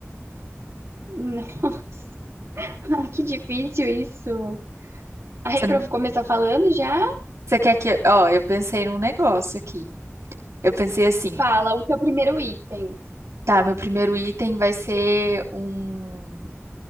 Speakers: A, on the right (about 55°); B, on the right (about 70°).
A: Não. <laughs> Ai, que difícil isso. Aí,
B: Você,
A: pra
B: n-
A: começar falando já,
B: você quer que. Ó, eu pensei num negócio aqui. Eu pensei assim.
A: fala o teu primeiro item.
B: Tá, meu primeiro item vai ser um.